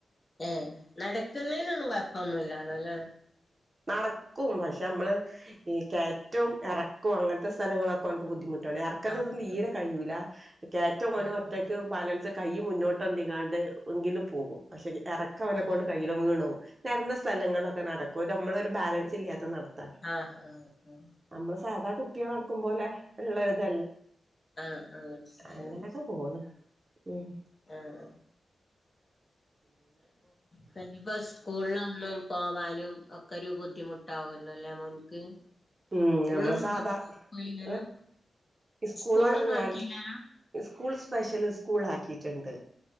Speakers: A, on the left (about 25°); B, on the right (about 25°).
A: ഏ നടക്കുന്നേനൊന്നും കുഴപ്പന്നുല്ലല്ലേ
B: നടക്കും പക്ഷെ നമ്മള് ഈ കയറ്റവും ഇറക്കവും അങ്ങനത്തെ സ്ഥലങ്ങളൊകെ ഒനിക്ക് ബുദ്ധിമുട്ടാണ് ക്കണ്ടതും
A: ആഹ് ഓക്കെ
B: തീരെ കഴൂല കയറ്റംഓൻ
A: ആഹ്
B: ഒറ്റയ്ക്ക് ബാലൻസ് കൈ മുന്നോട്ടം തികാണ്ട് എങ്കിലും പോകും പക്ഷെ ഇറക്ക അവനെക്ക
A: ആഹ്
B: കൊണ്ട് കയില്ല വീണ് പോകും സ്ഥലങ്ങളൊക്കെ നടക്കും നമ്മളൊരു ബാലൻസ് ഇല്ലാത്ത നടത്ത
A: ആഹ് ആഹ്
B: നമ്മള് സാധാ കുട്ടിള് നടക്കുംപോലെ ഉള്ളത്
A: ആഹ് ആഹ് മനസ്സിലായി
B: അങ്ങനെയൊക്കെ
A: മനസ്സിലായി
B: പോണ് ഉം <inaudible>
A: ആഹ് പിന്ന ഇപ്പ സ്കൂളിലാ ല്ലും പോവാനും ഒക്കെരു ബുദ്ധിമുട്ടാവുല്ലോ ലെ മോൻക്ക്
B: ഉം
A: സ്കൂളിലൊന്നും
B: നമ്മള് സാധാ
A: പോ പോയില്ലല്ലോ
B: ഏ സ്കൂള
A: സ്കൂളിലൊന്നും
B: ആണ് ഞാൻ
A: ആക്കിയില്ലല്ലോ
B: സ്കൂൾ സ്പെഷ്യല് സ്കൂൾ ആക്കിട്ടുണ്ട്